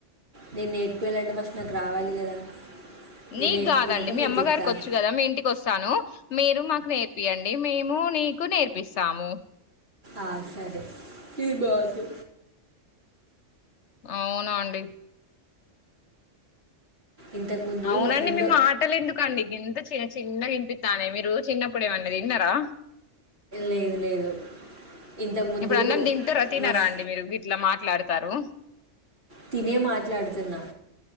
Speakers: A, on the right (about 55°); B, on the left (about 65°).
A: నేను నేచపోయలాంటే ఫస్ట్ నాకు రావాలి కదా నేను
B: నీకు
A: నేర్చుకున్నాక
B: కాదండి మీ
A: మీకు
B: అమ్మగారికి
A: చెప్తా
B: వచ్చు కదా మీ ఇంటికి వస్తా స్తాను మీరు మాకు నేర్పియంండి మేము నీకు నేర్పిస్తాము
A: ఆ సరే తీ బతు
B: అవునాడి
A: ఇంతకుముందు
B: అవునండి
A: మా ఫ్రెండ్
B: మీ మాటలు ఎందుకండి ఇంత చే చిన్నగా వినిపిత్తనాయి మీరు చిన్నప్పుడు ఏమన్న తిన్నరా
A: లేదు లేదు ఇంతకుముందు
B: ఇప్పుడు అన్నం తింటూ ర తినా
A: మస్
B: అండి మీరు ఇట్లా మా మాట్లాడతారు
A: తినే మాట్లాడుతున్నా